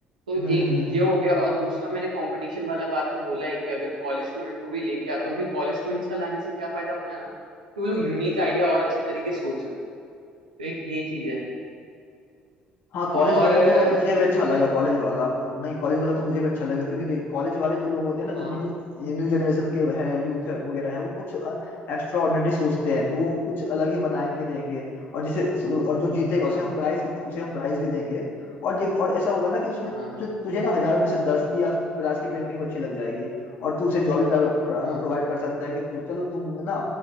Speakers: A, on the right; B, on the left.
A: तो
B: हम्म
A: एक
B: हम्म
A: ये हो गया और दूसरा मैंने कंपटीशन वाला बात तो बोला है कि अगर कॉलेज स्टूडेंट को भी लेके आता हूँ क्योंकि कॉलेज स्टूडेंट्स का लाने से क्या फायदा होता है ना कि वो लोग यूनिक आइडिया और अच्छे तरीके से सोच सकते हैं तो एक ये चीज है
B: हाँ कॉलेज
A: और
B: वाला
A: अ,
B: तो आज मुझे भी अच्छा
A: तू कुछ
B: लगा
A: क्या
B: कॉलेज वाला नहीं कॉलेज वाला तो मुझे भी अच्छा लगा क्योंकि देख कॉलेज वाले जो लोग होते हैं ना जो
A: हाँ
B: न्यू न्यू जनरेशन के हैं यूथ है वगैरह है वो कुछ एक्स्ट्रा ऑर्डिनरी सोचते हैं तो वो कुछ अलग ही बना के देंगे और जिसे और जो जीतेगा
A: हाँ
B: उसे हम प्राइज उसे हम प्राइज भी देंगे और देख और ऐसा होगा ना कि उसमें तु,
A: हाँ हाँ
B: तुझे ना हजारों में से दस की या पचास की पेंटिंग अच्छी लग जाएगी और तू उसे जॉब भी प्रोवाइड
A: हाँ हाँ हाँ, हाँ।
B: कर सकता है कि तो चलो तुम ना